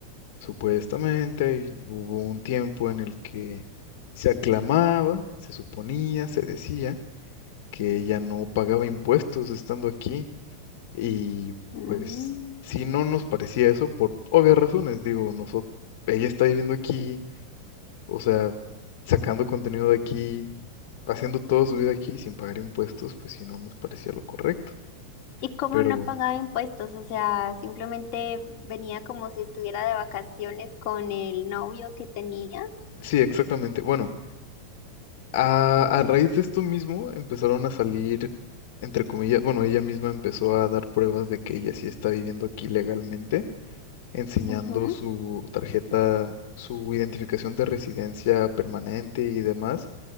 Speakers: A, on the left (about 55°); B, on the left (about 40°).
A: supuestamente y hubo un tiempo en el que se aclamaba, se suponía, se decía que ella no pagaba impuestos estando aquí y
B: Mm.
A: pues si no nos parecía eso, por obvias razones, digo, nosotros, ella está viviendo aquí, o sea, sacando contenido de aquí, haciendo toda su vida aquí sin pagar impuestos, pues si no nos parecía lo correcto.
B: Y como
A: Pero
B: no pagaba impuestos, o sea, simplemente venía como si estuviera de vacaciones con el novio que tenía.
A: sí, exactamente. Bueno, a, a raíz de esto mismo empezaron a salir, entre comillas, bueno, ella misma empezó a dar pruebas de que ella sí está viviendo aquí legalmente, enseñando
B: Ujú,
A: su tarjeta, su identificación de residencia permanente y demás